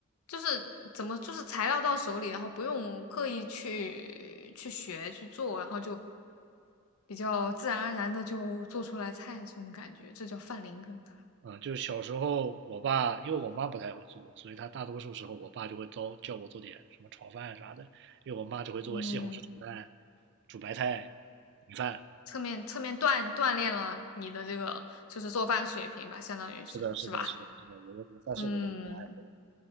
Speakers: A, on the left; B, on the right.
A: 就是怎么就是材料到手里，然后不用刻意去去学去做，然后就比较自然而然的就做出来菜这种感觉，这叫饭龄根。
B: 嗯，就是小时候我爸，因为我妈不太会做，所以她大多数时候我爸就会教叫我做点什么炒饭啥的，因为我妈只会做西红柿炒蛋、
A: 嗯，
B: 煮白菜、米饭。
A: 侧面侧面锻锻炼了你的这个就是做饭水平吧，相当于是是吧？
B: 是的，是的，是的，
A: <laughs>
B: 是的，我觉得算是我的一个爱好，
A: 嗯，